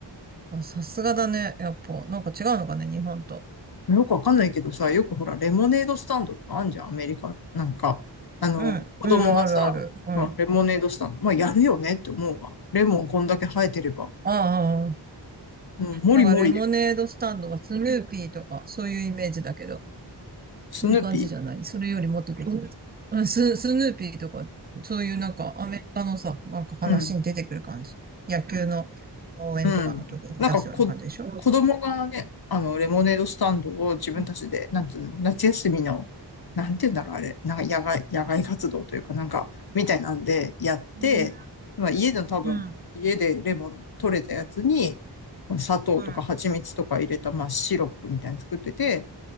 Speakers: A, on the right; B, on the left.
A: あ、さすがだね。やっぱ、なんか違うのかね、日本と。
B: よくわかんないけどさ、よくほら、レモネードスタンドとかあんじゃん、アメリカ。なんか、あの、
A: うん、
B: 子供がさ、
A: うん、あるある。うん。
B: まあ、
A: あ
B: レモネードスタンド、まあ、やるよねって思うわ。レモンこんだけ生えてれば。
A: あ、ああ
B: うん、もりもりで、
A: だからレモネードスタンドはスヌーピーとか、そういうイメージだけど、
B: スヌーピー。
A: そういう感じじゃない。それよりもっと別に。うん、ス、スヌーピーとか、そういうなんかアメリカのさ、なんか話に出てくる感じ。
B: うん。
A: 野球の応援とかの時に出すような感じでしょ
B: うん。なんか、こ、子供がね、あの、レモネードスタンドを自分たちで、
A: うん。
B: なんていうの、夏休みの、なんていうんだろう、あれ、なんか野外、野外活動というか、なんか、みたいなんでやって、
A: うん。
B: まあ、家での多分、
A: うん。
B: 家でレモン取れたやつに、まあ砂糖とか蜂蜜とか入れた、
A: うん。
B: まあ、シロップみたいに作ってて、